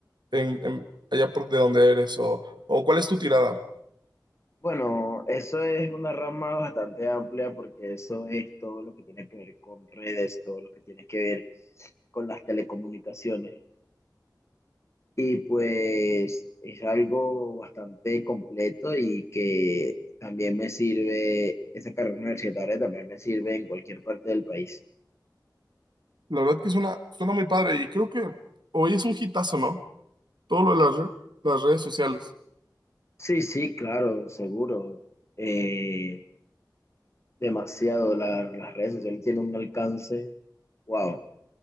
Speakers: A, on the right; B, on the left.
A: en- en- allá por de donde eres? O, o cuál es tu tirada?
B: Bueno, eso es una rama bastante amplia porque eso es todo lo que tiene que ver con redes, todo lo que tiene que ver con las telecomunicaciones. Y pues es algo bastante completo y que también me sirve, esa carrera universitaria también me sirve en cualquier parte del país.
A: La verdad que suena, suena muy padre y creo que hoy es un hitazo, ¿no? Todo lo de las, re- las redes sociales.
B: Sí, sí, claro, seguro. Eh, demasiado. La- las redes sociales tienen un alcance, wow,